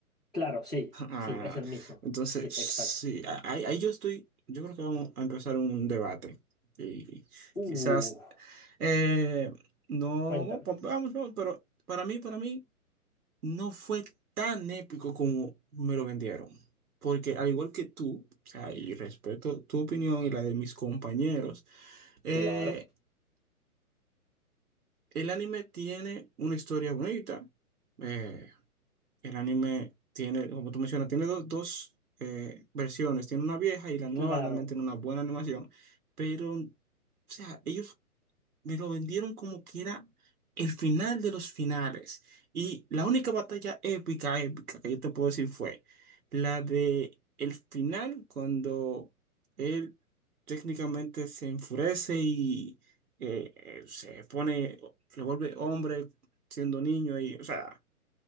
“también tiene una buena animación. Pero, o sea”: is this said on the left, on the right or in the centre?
Right